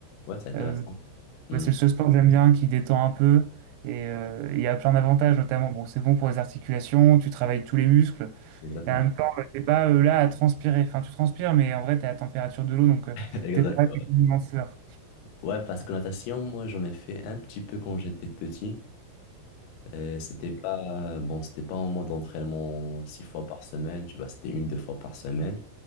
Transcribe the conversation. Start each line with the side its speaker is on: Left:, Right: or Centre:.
Left: Ouais, c'est intéressant.
Right: Euh,
Left: Hmm,
Right: ouais, c'est le seul sport que j'aime bien, qui détend un peu. Et euh, il y a plein d'avantages, notamment, bon, c'est bon pour les articulations, tu travailles tous les muscles.
Left: exactement.
Right: Et en même temps, euh, t'es pas euh, là à transpirer. Enfin, tu transpires, mais en vrai, t'es à la température de l'eau, donc euh,
Left: <laughs> Exactement.
Right: t'es pas une sueur.
Left: Ouais, Ouais, parce que natation, moi, j'en ai fait un petit peu quand j'étais petit. Et C'était pas, bon, c'était pas en mode entraînement six fois par semaine, tu vois, c'était une, deux fois par semaine.